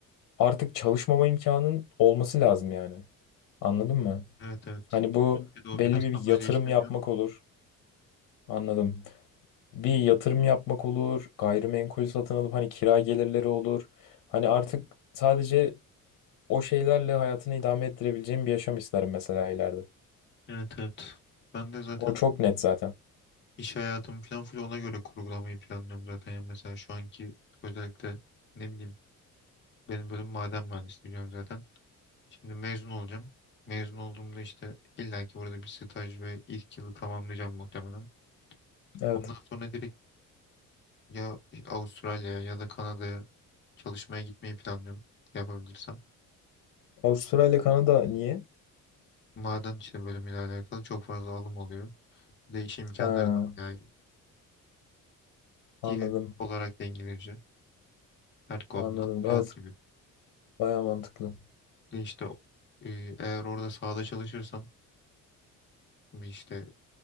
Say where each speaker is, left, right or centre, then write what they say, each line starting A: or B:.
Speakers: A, on the left; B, on the left.
A: artık çalışmama imkanın olması lazım yani. Anladın mı?
B: Evet evet.
A: Hani bu
B: Türkiye'de o
A: belli
B: biraz
A: bir
B: tam
A: yatırım
B: öyle işlemiyor.
A: yapmak olur. Anladım. Bir yatırım yapmak olur. Gayrimenkul satın alıp hani kira gelirleri olur. Hani artık sadece o şeylerle hayatını idame ettirebileceğim bir yaşam isterim mesela ileride.
B: Evet evet. Ben de zaten
A: O çok net zaten.
B: iş hayatımı falan full ona göre kurgulamayı planlıyorum zaten. Yani mesela şu anki özellikle ne bileyim benim bölüm maden mühendisliği biliyorum zaten. Şimdi mezun olacağım. Mezun olduğumda işte illaki burada bir staj ve ilk yılı tamamlayacağım muhtemelen.
A: Evet.
B: Ondan sonra direkt Ya Avustralya'ya ya da Kanada'ya çalışmaya gitmeyi planlıyorum yapabilirsem.
A: Avustralya ile Kanada niye?
B: Maden işte bölümüyle alakalı çok fazla alım oluyor. Bir de iş imkanları
A: Ha,
B: da bayağı iyi.
A: anladım.
B: Dil olarak da İngilizce her konuda
A: Anladım.
B: rahat
A: Evet.
B: gibi.
A: Baya mantıklı.
B: Bir de işte e, eğer orada sahada çalışırsan bir işte